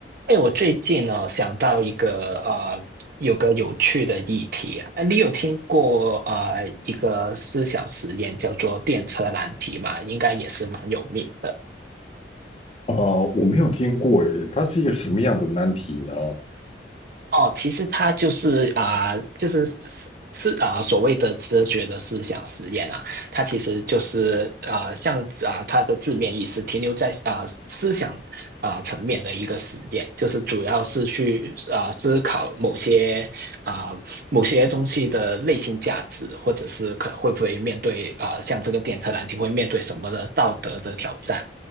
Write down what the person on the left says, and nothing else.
啊、我没有听过诶，它是一个什么样的难题呢？